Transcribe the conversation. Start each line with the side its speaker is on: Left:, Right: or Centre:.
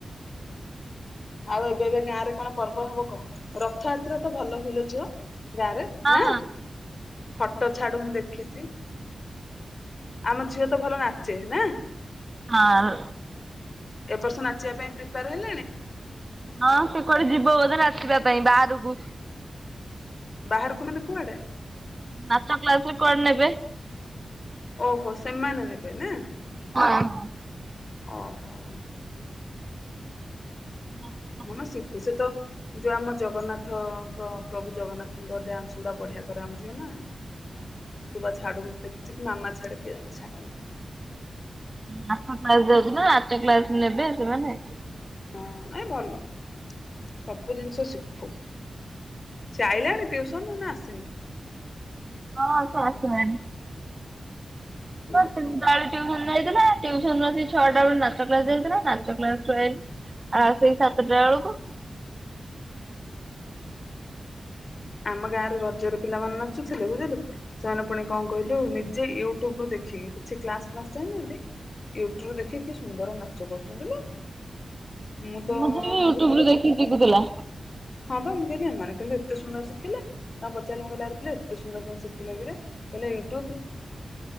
Left: ଆଉ ଏବେ ଏବେ ଗାଁ ରେ କଣ ପର୍ବ ହବ କହ? ରଥଯାତ୍ରା ତ ଭଲ ହୁଏ ଲୋ ଝିଅ ଗାଁ ରେ
Right: ହଁ
Left: ନାଁ ଫଟୋ ଛାଡୁ ମୁ ଦେଖିଛି ଆମ ଝିଅ ତ ଭଲ ନାଚେ ନାଁ?
Right: ହଁ
Left: ଏ ବର୍ଷ ନାଚିବା ପାଇଁ ପ୍ରିପେୟାର ହେଲାଣି?
Right: ହଁ ସିଏ କୁଆଡେ ଯିବ ବୋଧେ ନାଚିବା ପାଇଁ ବାହାରକୁ
Left: ବାହାରୁକୁ ମାନେ କୁଆଡେ?
Right: ନାଚ କ୍ଲାସ ରେ କୁଆଡେ ନେବେ।
Left: ଓହୋ ସେମାନେ ନେବେ ନା?
Right: <unintelligible>
Left: ଅଁ ହଁ।
Right: ନାଁ
Left: ହଁ ମ ଶିଖୁ ସେ ତ ଯୋଉ ଆମ ଜଗନ୍ନାଥ ପ୍ରଭୁ ଜଗନ୍ନାଥଙ୍କ ଡ୍ୟାନ୍ସ ଗୁଡା ବଢିଆ କରାଯାଉଥିଲା ନା ତୁ ପା ଛାଡୁ ଦେଖିଛି ମାମା ଛାଡେ କିଏ ଜଣେ ଛାଡ଼ନ୍ତି।
Right: ନାଚ କ୍ଲାସ୍ ଯାଉଛି ନା ନାଚ କ୍ଲାସ୍ ନେବେ ସେମାନେ
Left: ହଁ ନାଇଁ ଭଲ ସବୁ ଜିନିଷ ଶିଖୁ ସିଏ ଆଇଲାଣି ଟ୍ୟୁସନୁରୁ ନା ଆସିନି?
Right: ହଁ ସେ ଆସିଲାଣି
Left: ଉଁ
Right: ଟିଉସନ୍
Left: ହୁଁ।
Right: ଯାଇଥିଲା ଟିଉସନ୍ ରୁ ଆସିକି ଛଅଟା ବେଳୁ ନାଚ କ୍ଲାସ ଯାଇଥିଲା ନାଚ କ୍ଲାସ ରୁ ଆଇଲା। ଆଉ ସେଇ ସାତଟା ବେଳକୁ
Left: ଆମ ଗାଁରେ ରଜରେ ପିଲାମାନେ ନାଚୁଥିଲେ ବୁଝିଲୁ ସେମାନେ ପୁଣି କଣ କହିଲୁ ନିଜେ ୟୁ ଟୁବୁରୁ ଦେଖିକି କିଛି କ୍ଲାସ ଫ୍ଲାସ ଯାଇନାହାନ୍ତି ୟୁଟ୍ୟୁବରୁ ଦେଖିକି କି ସୁନ୍ଦର ନାଚ କରୁଛନ୍ତି ଲୋ ମୁଁ ତ
Right: ମୋ
Left: ମନେ
Right: ଝିଅବି
Left: ମନେ ଭାବିଲି
Right: ୟୁଟ୍ୟୁବ
Left: ମୁଁ କହିଲି
Right: ରୁ ଦେଖିକି ଶିଖୁଥିଲା।
Left: ହଁ ବା ମୁଁ କହିଲି ଏମନେ କେମିତି ଏତେ ସୁନ୍ଦର ସୁନ୍ଦର ଶିଖିଲେ ନା ପଚାରିଲି ଆରେ ପିଲେ ଏତେ ସୁନ୍ଦର ନାଚ କୋଉଠୁ ଶିଖିଲ କିରେ କହିଲେ ୟୁଟ୍ୟୁବ